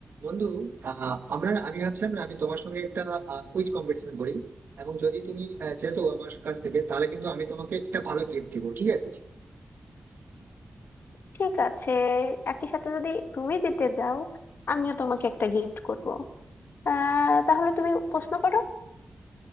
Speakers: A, on the right (about 70°); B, on the left (about 75°).
A: বন্ধু আহ, আমরা আমি ভাবছিলাম না আমি তোমার সঙ্গে একটা কুইজ কম্পিটিশন করি এবং যদি তুমি আহ, যেতো আমার কাছ থেকে তাহলে কিন্তু আমি তোমাকে একটা ভালো গিফট দিব ঠিক আছে
B: ঠিক আছে একই সাথে যদি তুমি জিতে যাও আমিও তোমাকে একটা গিফট করব আহ তাহলে তুমি প্রশ্ন করো